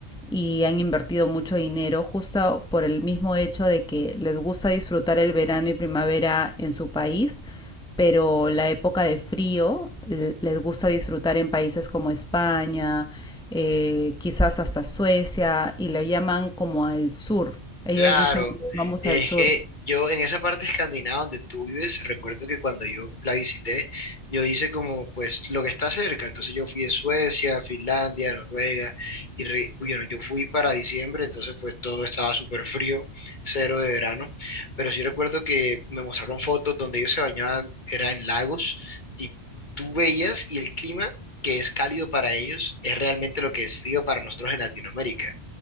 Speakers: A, in the centre; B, on the left (about 40°).
A: y han invertido mucho dinero justo por el mismo hecho de que les gusta disfrutar el verano y primavera en su país, pero la época de frío les gusta disfrutar en países como España, eh, quizás hasta Suecia, y lo llaman como al sur. Ellos
B: Claro,
A: dicen, vamos
B: es
A: al sur.
B: que yo en esa parte escandinava donde tú vives, recuerdo que cuando yo la visité, yo hice como pues lo que está cerca, entonces yo fui a Suecia, Finlandia, Noruega, y re- bueno, yo fui para diciembre, entonces pues todo estaba súper frío, cero de verano, pero sí recuerdo que me mostraron fotos donde ellos se bañaban, era en lagos, y tú veías y el clima que es cálido para ellos es realmente lo que es frío para nosotros en Latinoamérica.